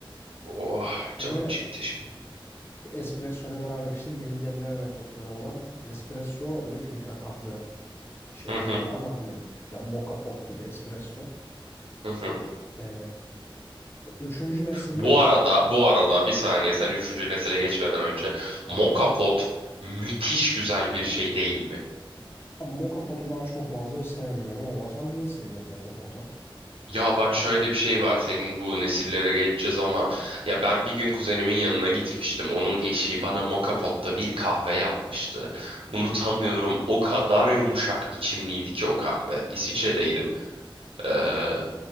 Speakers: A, on the right (about 85°); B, on the left (about 25°).
A: Oh,
B: Ve
A: canım çekti şimdi.
B: espresso ile beraber işte yeni demleme metotları olan espresso ve filtre kahve şeyi
A: Hı hı,
B: yani ama hani ya moka pot gibi espresso.
A: hı hı.
B: e, Üçüncü nesiller
A: Bu
B: işte.
A: arada,
B: Hı,
A: bu arada bir saniye sen üçüncü nesile geçmeden önce
B: Tamam.
A: Moka Pot müthiş güzel bir şey değil mi?
B: Ama Moka Pot'u ben çok fazla sevmiyorum ama sen niye seviyorsun Moka Pot'u?
A: Ya bak şöyle bir şey var senin bu nesillere geçeceğiz ama ya ben bir gün kuzenimin yanına gitmiştim. Onun eşi bana Moka Pot'ta bir kahve yapmıştı. Unutamıyorum o kadar yumuşak içimliydi ki o kahve. İsviçre'deydim. Ee,